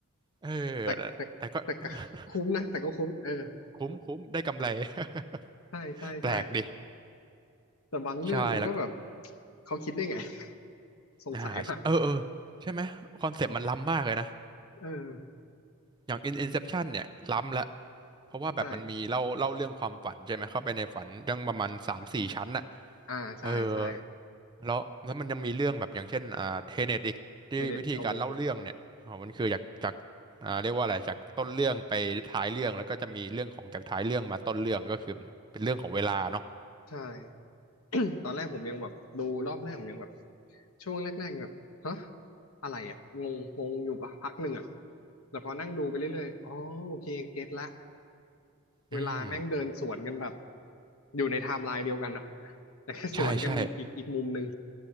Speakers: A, on the right; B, on the left.
A: เออแต่แต่ก็
B: แต่แต่แต่ก็คุ้มนะแต่ก็คุ้มเออ
A: <laughs> คุ้มคุ้มได้กำไร <laughs>
B: ใช่ใช่ใช่
A: แปลกดิ
B: แต่บางเรื่องมันก็แบบ
A: ใช่แล้วก็
B: เขาคิดได้ไง <laughs> สงสัยมาก
A: อ่าใช่เออเออ ใช่ไหมคอนเซปต์มันล้ำมากเลยนะ
B: เออ
A: อย่าง In Inception เนี่ยล้ำละเพราะว่าแบบมันมีเล่าเล่าเรื่องความฝันใช่ไหม
B: ใช่
A: เข้าไปในฝันเรื่องประมาณสามสี่ชั้นน่ะ
B: อ่าใช่ใช่
A: เออแล้วแล้วมันยังมีเรื่องแบบอย่างเช่นอ่าเทเน็ตอีกที่วิธีการเล่าเรื่องเนี่ยอ๋อมันคือจากจาก
B: เทเน็ตโอ้โห
A: อ่าเรียกว่าอะไร จากต้นเรื่องไปท้ายเรื่อง แล้วก็จะมีเรื่องของจากท้ายเรื่องมาต้นเรื่องก็คือเป็นเป็นเรื่องของเวลาเนาะ
B: ใช่ <coughs> ตอนแรกผมยังแบบดูรอบแรกผมยังแบบช่วงแรกๆแบบฮะอะไรอ่ะงงงงอยู่ปะพักหนึ่งอ่ะแต่พอนั่งดูไปเรื่อยๆอ๋อโอเคเก็ตละเวลาแม่งเดินสวนกันแบบ
A: อืม
B: อยู่ในไทม์ไลน์เดียวกันอ่ะ <laughs> แต่แค่สวนกันอีกอีกอีกมุมหนึ่ง
A: ใช่ใช่